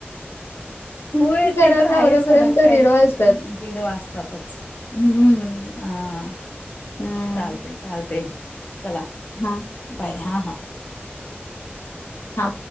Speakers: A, on the left; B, on the left.
A: होय
B: घरातलं
A: ते तर आहे
B: आवरेपर्यंत
A: सोडा. काय
B: दीड वाजतात
A: दीड वाजतातच.
B: हम्म
A: हा.
B: हा
A: चालते. चालते. चला.
B: हा
A: बाय हा हा.
B: हा.